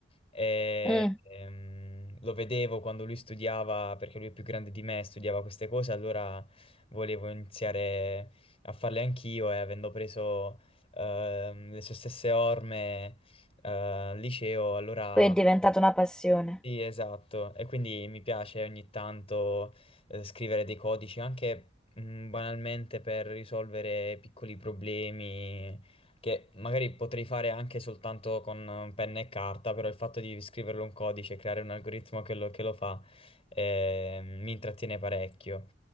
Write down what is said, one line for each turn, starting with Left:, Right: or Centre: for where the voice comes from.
Left: E,
Centre: Mm.
Left: ehm, lo vedevo quando lui studiava, perché lui è più grande di me, studiava queste cose, allora volevo iniziare a farle anch'io e avendo preso ehm, le sue stesse orme eh, al liceo, allora
Centre: Poi è diventata una passione.
Left: sì, esatto, e quindi mi piace ogni tanto eh, scrivere dei codici anche mh, banalmente per risolvere piccoli problemi che magari potrei fare anche soltanto con eh, penna e carta, però il fatto di scriverlo un codice e creare un algoritmo che lo, che lo fa eh, mi intrattiene parecchio.